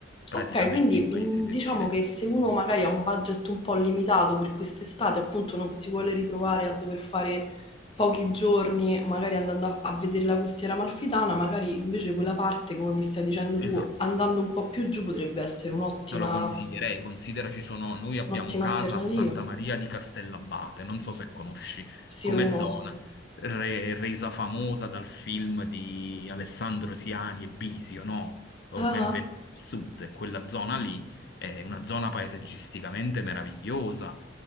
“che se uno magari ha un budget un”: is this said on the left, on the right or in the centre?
Left